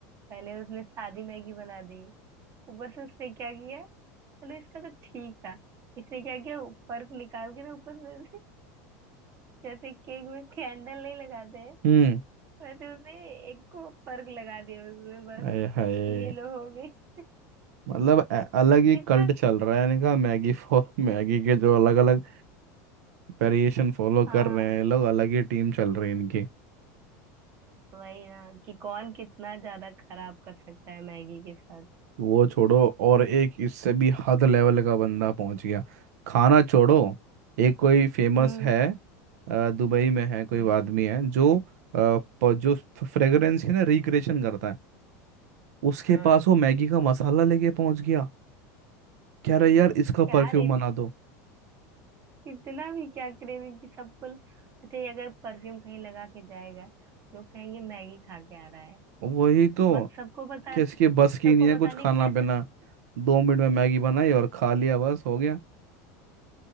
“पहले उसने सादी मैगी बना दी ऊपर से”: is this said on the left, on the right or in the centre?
Right